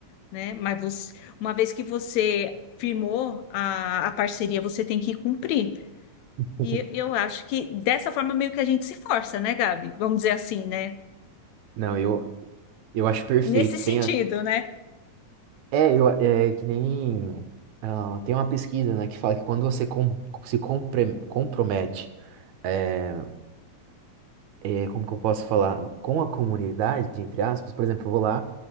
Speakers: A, on the left; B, on the right.
A: né? Mas você- uma vez que você firmou a, a parceria, você tem que cumprir.
B: <laughs>
A: E eu acho que dessa forma meio que a gente se força, né, Gabi? Vamos dizer assim, né?
B: Não, eu, eu acho perfeito.
A: Nesse sentido,
B: Tem a-
A: né?
B: é, eu, é que nem. ah, tem uma pesquisa, né, que fala que quando você com- se compre- compromete. eh, é, como que eu posso falar, com a comunidade, entre aspas, por exemplo, eu vou lá